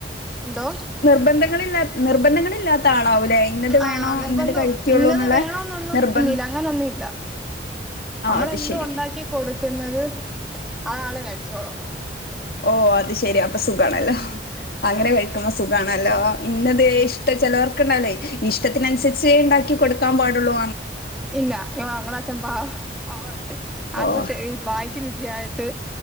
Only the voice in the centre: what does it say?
എന്തോ
ആഹ
നിർബന്ധം
ഇന്നത്
വേണന്നൊന്നും
ഇല്ലല്ല അങ്ങനൊന്നും ഇല്ല.
മ്മളെന്തോ
ഒണ്ടാക്കി കൊടുക്ന്നത്, അതാള് കഴിച്ചോളും.
ആ
ഇല്ല യോ ങ്ങടെ അച്ഛൻ പാവ പാവച്ചൻ ആ കിട്ട്
വായിക്ക് രുചിയായി ട്ട്